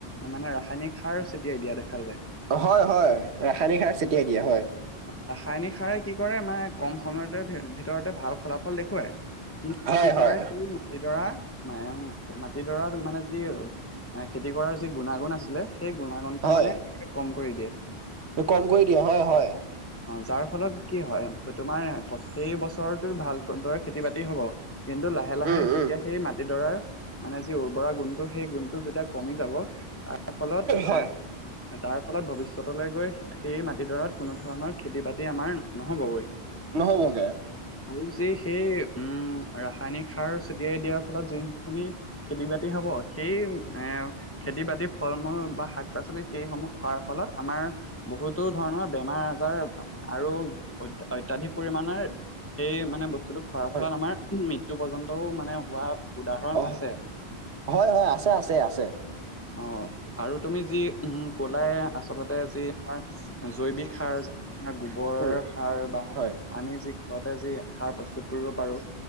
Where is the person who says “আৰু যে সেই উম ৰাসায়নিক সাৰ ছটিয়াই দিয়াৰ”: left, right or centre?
Left